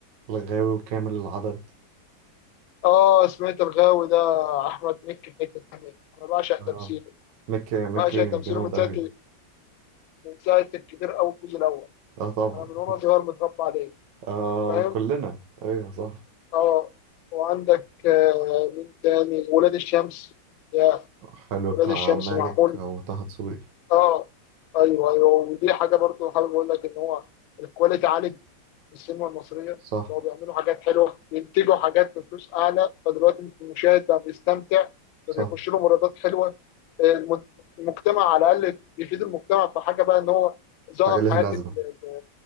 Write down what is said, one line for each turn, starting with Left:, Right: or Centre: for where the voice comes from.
Right: الغاوي وكامل العدد
Left: آه سمعت الغاوي ده أحمد مكي في حتة تانية أنا بعشق
Right: اه
Left: تمثيله
Right: مكي مكي
Left: بعشق تمثيله
Right: جامد
Left: من ساعة
Right: اوي
Left: من ساعة الكبير أو الجزء الأول
Right: اه طبعا
Left: أنا من وأنا صغير متربى عليه
Right: اه
Left: فاهم
Right: كلنا ايوه صح
Left: آه وعندك آه، مين تاني ولاد الشمس يا
Right: حلو
Left: ولاد
Right: بتاع
Left: الشمس
Right: مالك
Left: معمول
Right: وطه دسوقي
Left: اه ايوه ايوه ودي حاجه برضو حابب اقول لك ان هو الكواليتي عالي في السينما المصريه
Right: صح
Left: بقوا بيعملوا حاجات حلوه بينتجوا حاجات بفلوس اعلى فدلوقتي المشاهد بقى بيستمتع
Right: صح
Left: فبيخش له مراودات حلوه الم- المجتمع على الاقل بيفيد المجتمع في حاجه بقى ان هو ظهر
Right: حاجة ليها
Left: حياه
Right: لازمة
Left: ال-